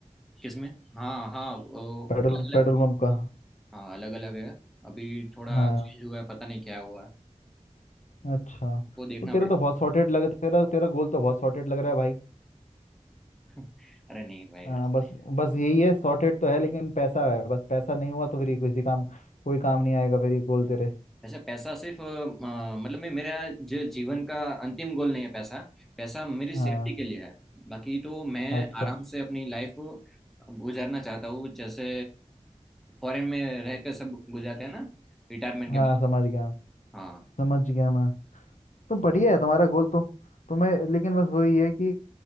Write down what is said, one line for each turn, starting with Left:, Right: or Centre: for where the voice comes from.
Centre: किसमें हाँ हाँ अलग
Left: पेट्रोल पेट्रोल
Centre: अलग है
Left: पंप का
Centre: हाँ अलग अलग है अभी थोड़ा
Left: हाँ
Centre: चेंज हुआ है पता नहीं क्या हुआ है
Left: अच्छा
Centre: वो देखना
Left: तो तेरा
Centre: पड़ेगा
Left: तो बहुत सॉर्टेड लग तेरा तेरा गोल तो बहुत सॉर्टेड लग रहा है भाई
Centre: <laughs> अरे नहीं भाई
Left: हाँ,
Centre: ऐसा
Left: बस
Centre: नहीं
Left: बस यही है सॉर्टेड तो है लेकिन पैसा है बस पैसा नहीं हुआ तो फिर ये किसी काम कोई काम नहीं आएगा फिर ये गोल तेरे
Centre: ऐसे पैसा सिर्फ अ, अ, मतलब मैं मेरा जो जीवन का अंतिम गोल नहीं है पैसा पैसा मेरी
Left: हाँ
Centre: सेफ्टी के लिए है बाकी तो मैं
Left: अच्छा
Centre: आराम से अपनी लाइफ गुजारना चाहता हूँ जैसे फॉरेन में रह कर सब गुजारते हैं ना रिटायरमेंट के
Left: हाँ
Centre: बाद
Left: समझ गया
Centre: हाँ
Left: समझ गया मैं तो बढ़िया है तुम्हारा गोल तो तुम्हें लेकिन बस वही है कि